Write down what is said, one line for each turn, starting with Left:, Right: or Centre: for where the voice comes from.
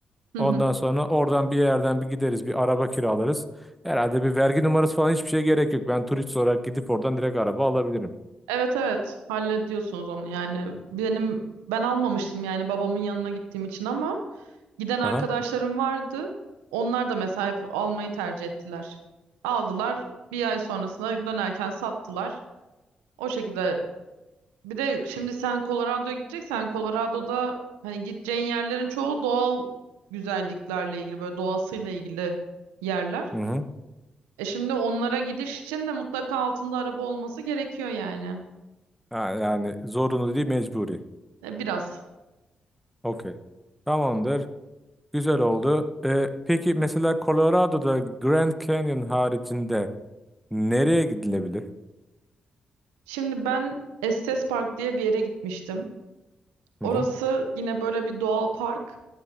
Right: Hı
Centre: Ondan
Right: hı.
Centre: sonra oradan bir yerden bir gideriz, bir araba kiralarız. Herhalde bir vergi numarası falan hiçbir şeye gerek yok. Ben turist olarak gidip oradan direkt araba alabilirim.
Right: Evet evet hallediyorsunuz onu yani. Benim ben almamıştım yani babamın yanına gittiğim için ama Giden arkadaşlarım
Centre: Aha.
Right: vardı. Onlar da mesela hep almayı tercih ettiler. Aldılar. Bir ay sonrasında dönerken sattılar. O şekilde. Bir de şimdi sen Colorado'ya gideceksen Colorado'da hani gideceğin yerlerin çoğu doğal güzelliklerle ilgili böyle doğasıyla ilgili yerler.
Centre: Hı hı.
Right: E şimdi onlara gidiş için de mutlaka altında araba olması gerekiyor yani.
Centre: Ha, yani zorunlu değil, mecburi.
Right: E biraz.
Centre: Okey. Tamamdır. Güzel oldu. Ee, peki mesela Colorado'da Grand Canyon haricinde nereye gidilebilir?
Right: Şimdi ben Estes Park diye bir yere gitmiştim.
Centre: Hı
Right: Orası
Centre: hı.
Right: yine böyle bir doğal park.